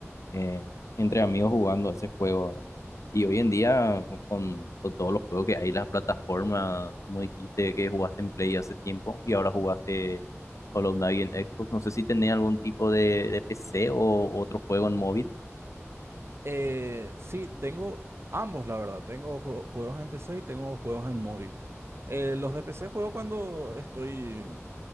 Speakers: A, on the left (about 80°); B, on the right (about 55°).
A: eh, entre amigos jugando ese juego, ¿verdad? Y hoy en día con, con- con todos los juegos que hay, las plataformas, como dijiste que jugaste en Play hace tiempo y ahora jugaste Hollow Knight en Xbox, no sé si tenés algún tipo de, de PC o otro juego en móvil.
B: Eh, sí, tengo ambos, la verdad. Tengo jue- juegos en PC y tengo juegos en móvil. Eh, los de PC juego cuando estoy